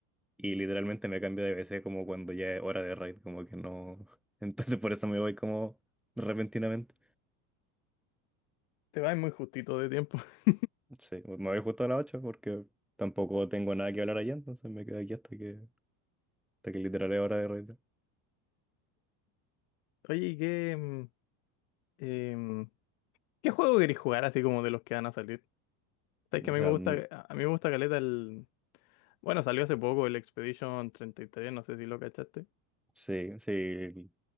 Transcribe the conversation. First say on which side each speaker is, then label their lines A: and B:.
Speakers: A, in the centre; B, on the left (about 70°).
A: y literalmente me cambio de BC como cuando ya es hora de raid, como que no... <laughs> Entonces por eso me voy como repentinamente.
B: Te vas muy justito de tiempo. <laughs>
A: Sí, me voy justo a las 8 porque tampoco tengo nada que hablar allá, entonces me quedo aquí hasta que, hasta que literal es hora de raid.
B: Oye, ¿y qué, mm, em, qué juego querés jugar así como de los que van a salir? Sabes
A: O
B: que a mí
A: sea,
B: me gusta,
A: mm,
B: a mí me gusta caleta el... Bueno, salió hace poco el Expedition treinta y tres no sé si lo cachaste.
A: sí, sí.